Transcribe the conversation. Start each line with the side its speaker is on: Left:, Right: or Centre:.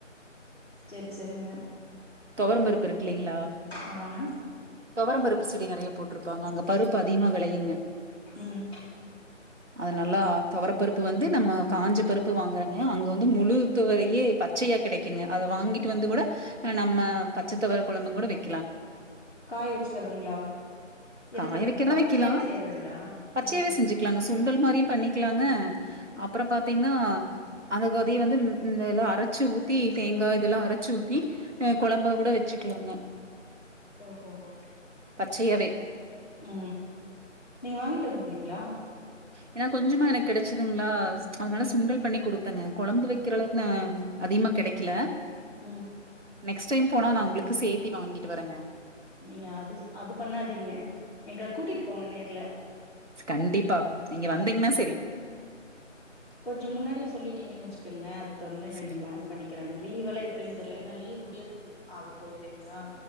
Left: செரி செரிங்க
Right: தொவரம்பருப்பு இருக்கில்லைங்களா
Left: ஆமாங்க
Right: தொவரம்பருப்பு செ டி நெறையா போட்ருப்பாங்க அங்க பருப்பு அதிகமா வெளையுங்க
Left: ம்
Right: அது நல்லா தொவரப்பருப்பு வந்து நம்ம காஞ்ச பருப்பு வாங்கறங்க அங்க வந்து முழு துவரையே பச்சையா கெடைக்குங்க அத வாங்கிட்டு வந்து கூட ஆ
Left: ம்
Right: நம்ம ப ச்ச தொவர கொழம்புங்கூட வைக்
Left: காய வெச்சுக்கறதுங்களா என்ன
Right: காய
Left: பண்ற
Right: வைக்கிறதா
Left: ஓ பச்சையாவே
Right: வைக்கலா
Left: செய்யறதுங்களா
Right: பச்சையாவே
Left: ம் ஹும்
Right: செஞ்சுக்கலாங்க சுண்டல் மாரியு பண்ணிக்கலாங்க அ அப்பற பாத்தீங்ன்னா அதுகு அதைய வந்து ம் ம் எல்லா அரச்சு ஊத்தி தேங்கா இதெல்லா அரச்சு ஊத்தி ஆ கொழம்பா கூட வச்சுக்கலாங்க.
Left: ஓ ஹோ ஹோ
Right: பச்சயாவே
Left: உ நீங்க வாங்கிட்டு வந்திருந்தீங்களா
Right: எனா கொஞ்சமா எனக்கு கெடச்சிதுங்ளா அதனால
Left: ம்
Right: சுண்டல் பண்ணி குடு த்தங்க கொழம்பு வைக்கிற அளவுக்கு அதிகமா கெடைக்கல
Left: ம்
Right: நெக்ஸ்ட் டைம் போனா நா உங்களுக்கு சேத்தி வாங்கிட்டு வரேங்க
Left: நீங்க அது அது பண்ணாதீங்க எங்கள கூட்டிட்டு போங்க நேர்ல
Right: கண்டிப் பா நீங்க வந்தீங்னா சரி
Left: கொஞ்ச முன்னாடியே சொல்லிட்டீங்கனு வச்சுக்குங்களே அது தகுந்தமாரி நாங்க
Right: சரி.
Left: பிளான் பண்ணிக்கிறேங்க லீவெல்லா எப்டின்னு தெரில ஏன்னா லீவ் முடியர்க்கு ஆக போகுது இல்லங்களா